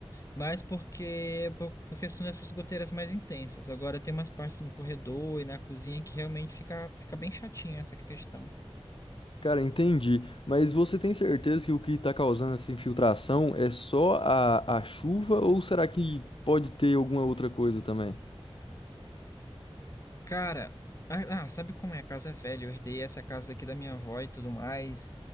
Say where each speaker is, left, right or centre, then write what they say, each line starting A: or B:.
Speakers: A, on the left; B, on the left.
A: mas porque, por, por questão dessas goteiras mais intensas. Agora tem umas partes no corredor e na cozinha que realmente fica, fica bem chatinho essa questão.
B: Cara, entendi. Mas você tem certeza que o que está causando essa infiltração é só a, a chuva ou será que pode ter alguma outra coisa também?
A: Cara, ah, ah, sabe como é? A casa é velha. Eu herdei essa casa aqui da minha avó e tudo mais.